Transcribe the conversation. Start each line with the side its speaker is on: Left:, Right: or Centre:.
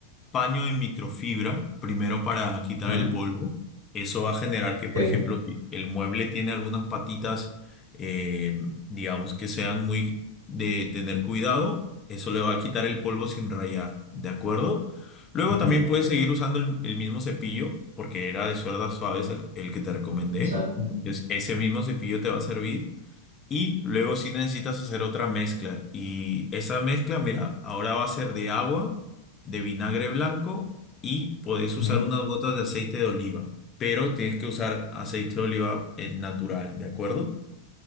Left: paño de microfibra primero para quitar
Right: Ujú,
Left: el polvo. Eso va a generar que,
Right: Ok.
Left: por ejemplo, si el mueble tiene algunas patitas, eh, digamos que sean muy de tener cuidado, eso le va a quitar el polvo sin rayar, ¿de acuerdo? Luego
Right: ujú,
Left: también puedes seguir usando el, el mismo cepillo, porque era de suerdas suaves el el que te recomendé.
Right: Exacto.
Left: Entonces, ese mismo cepillo te va a servir. Y luego si necesitas hacer otra mezcla. Y esa mezcla, mira, ahora va a ser de agua, de vinagre blanco y podés usar
Right: ujú,
Left: unas gotas de aceite de oliva. Pero tienes que usar aceite de oliva el natural, ¿de acuerdo?